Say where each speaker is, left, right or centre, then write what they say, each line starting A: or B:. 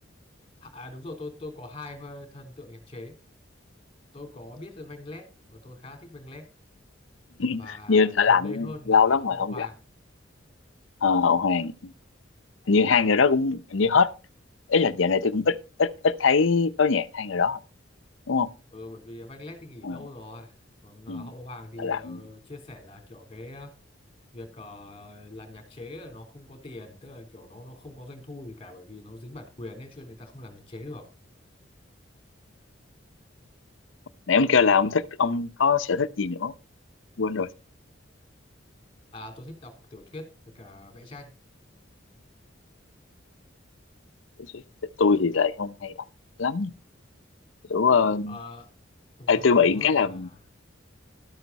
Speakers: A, on the left; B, on the left.
A: À, à, đúng rồi, tôi tôi có hai thần tượng nhạc chế. Tôi có biết Vanh Leg và tôi khá thích Vanh Leg và
B: <laughs> như thợ lạnh
A: gần đây hơn
B: lâu
A: là
B: lắm
A: Hậu
B: rồi không
A: Hoàng.
B: gặp Ờ, Hậu Hoàng Hình như hai người đó cũng hình như hết ý là dạo này tôi cũng ít ít ít thấy có nhạc hai người đó rồi, đúng không
A: Ừ, bởi vì Vanh Leg thì nghỉ
B: Ờ,
A: lâu rồi. Còn ờ,
B: ừ.
A: Hậu Hoàng thì
B: Thở lặng
A: ờ, chia sẻ là kiểu cái ờ, việc ờ, làm nhạc chế là nó không có tiền, tức là kiểu nó nó không có doanh thu gì cả bởi vì nó dính bản quyền ấy cho nên người ta không làm nhạc chế được.
B: nãy ông kêu là ông thích ông có sở thích gì nữa quên rồi
A: À tôi thích đọc tiểu thuyết với cả vẽ tranh.
B: tôi tôi thì lại không hay đọc lắm kiểu ờ,
A: Ờ, thực ra
B: ê, tôi
A: nói
B: bị
A: đúng hơn
B: cái là
A: là